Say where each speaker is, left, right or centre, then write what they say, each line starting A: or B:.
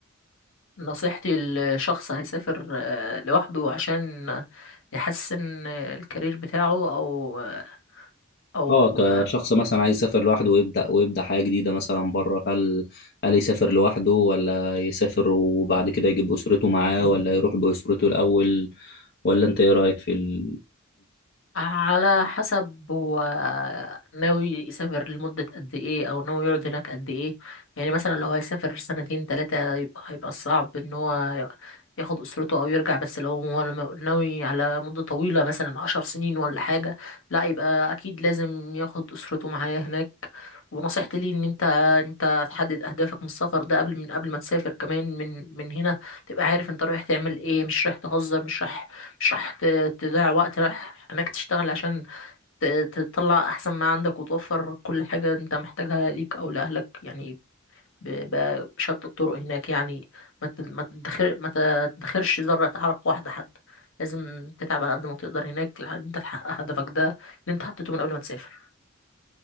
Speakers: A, on the left; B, on the left.
A: نصيحتي لشخص هيسافر آه، لوحده عشان يحسن الكارير بتاعه او آه، او
B: اه كشخص مثلا عايز يسافر لوحده ويبدأ ويبدأ حياة جديدة مثلا بره هل هل يسافر لوحده ولا يسافر وبعد كده يجيب أسرته معاه ولا يروح بأسرته الأول ولا انت ايه رأيك في ال...
A: على حسب هو ناوي يسافر لمدة قد ايه او ناوي يقعد هناك قد ايه يعني مثلا لو هيسافر سنتين تلاتة يبقى هيبقى صعب ان هو ياخد اسرته او يرجع بس لو هو م- ناوي على مدة طويلة مثلا عشر سنين ولا حاجة لا يبقى اكيد لازم ياخد اسرته معاه هناك ونصيحتي ليه ان انت انت تحدد اهدافك من السفر ده قبل من قبل ما تسافر كمان من من هنا تبقى عارف انت رايح تعمل ايه مش رايح تهزر مش رايح مش راح ت- تضيع وقت رايح انك تشتغل عشان ت- تطلع احسن ما عندك وتوفر كل حاجة انت محتاجها ليك او لاهلك يعني ب- ب- بشتى الطرق هناك يعني ما تد- ما تدخر ما تدخرش ذرة عرق واحدة حتى لازم تتعب على قد ما تقدر هناك لحد انت تحقق هدفك ده اللي انت حطيته من قبل ما تسافر